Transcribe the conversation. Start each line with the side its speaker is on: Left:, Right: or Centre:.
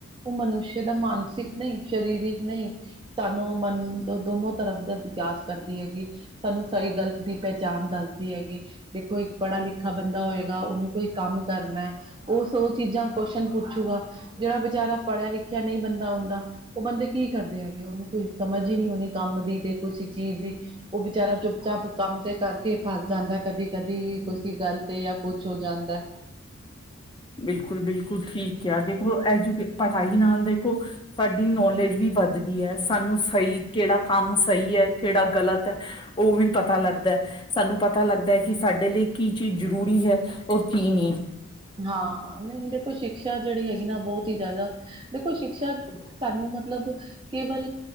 Right: ਉਹ ਮਨੁਸ਼ੇ ਦਾ ਮਾਨਸਿਕ ਨਹੀਂ ਸਰੀਰਿਕ ਨਹੀਂ। ਤੁਹਾਨੂੰ ਮਨ ਤੋਂ ਦੋਨੋ ਤਰਫ ਦਾ ਵਿਕਾਸ ਕਰਦੀ ਹੈਗੀ, ਸਾਨੂੰ ਸਹੀ ਗਲਤ ਦੀ ਪਹਿ ਜਣ ਦੱਸਦੀ ਹੈਗੀ ਦੇਖੋ, ਇੱਕ ਪੜ੍ਹਾ ਲਿਖਾ ਬੰਦਾ ਹੋਏਗਾ, ਉਹਨੂੰ ਕੋਈ ਕੰਮ ਕਰਨਾ ਉਸ ਉਹ ਚੀਜ਼ਾਂ ਕੁਸ਼ਚਨ ਪੁੱਛੂਗਾ, ਜਿਹੜਾ ਵਿਚਾਰਾ ਪੜ੍ਹਿਆ ਲਿਖਿਆ ਨਹੀਂ ਬੰਦਾ ਹੁੰਦਾ। ਉਹ ਬੰਦੇ ਕੀ ਕਰਦੇ ਹੈਗੇ, ਉਹਨੂੰ ਕੋਈ ਸਮਝ ਹੀ ਨਹੀਂ ਆਉਣੀ ਕੰਮ ਦੀ ਤੇ ਕੁਸੀ ਚੀਜ਼ ਦੀ। ਉਹ ਵਿਚਾਰੇ ਚੁੱਪ ਚਾਪ ਕੰਮ ਤੇ ਕਰਕੇ ਫਸ ਜਾਂਦਾ ਕਦੀ ਕਦੀ ਕੁੇ ਗੱਲ ਤੇ ਜਾਂ ਕੁਛ ਹੋ ਜਾਂਦਾ।
Left: ਬਿਲਕੁਲ-ਬਿਲਕੁਲ ਠੀਕ ਆ ਦੇਖੋ ਕੇ। ਪੜ੍ਹਾਈ ਨਾਲ ਦੇਖੋ ਸਾਡੀ ਨੌਲੇਜ ਵੀ ਵੱਧਦੀ ਹੈ। ਸਾਨੂੰ ਸਹੀ ਕਿਹੜਾ ਕੰਮ ਸਹੀ ਹੈ, ਕਿਹੜਾ ਗਲਤ ਹੈ ਉਹ ਵੀ ਪਤਾ ਲੱਗਦਾ। ਸਾਨੂੰ ਪਤਾ ਲੱਗਦਾ ਹੈ, ਕਿ ਸਾਡੇ ਲਈ ਕੀ ਚੀਜ਼ ਜ਼ਰੂਰੀ ਹੈ, ਔਰ ਕੀ ਨਹੀਂ।
Right: ਹਾਂ ਨਹੀਂ ਦੇਖੋ ਸ਼ਿਕਸ਼ਾ ਜਿਹੜੀ ਹੈਗੀ, ਨਾ ਬਹੁਤ ਹੀ ਜ਼ਿਆਦਾ ਦੇਖੋ ਸ਼ਿਕਸ਼ਾ
Left: <unintelligible>
Right: ਸਾਨੂੰ ਮਤਲਬ ਕੇਵਲ